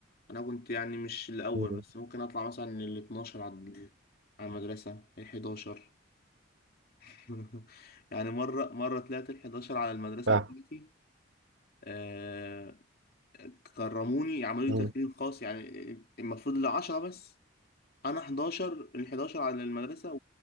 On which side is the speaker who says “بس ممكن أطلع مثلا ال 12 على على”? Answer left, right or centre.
Left